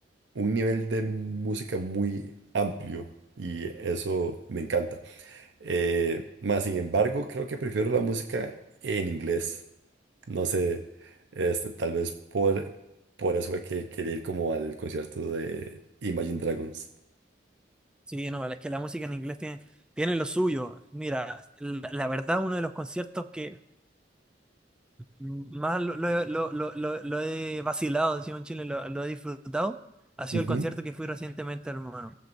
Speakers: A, on the right; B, in the centre.
A: un nivel de música muy amplio y eso me encanta. Eh, más sin embargo, creo que prefiero la música en inglés. No sé, este, tal vez por, por eso fue que quería ir como al concierto de Imagine Dragons.
B: Sí, no, es que la música en inglés tiene, tiene lo suyo. Mira, la, la verdad, uno de los conciertos que más lo, lo, lo, lo, lo- lo he vacilado, decimos en Chile, lo, lo he disfrutado, ha sido
A: Ujú.
B: el concierto que fui recientemente, hermano.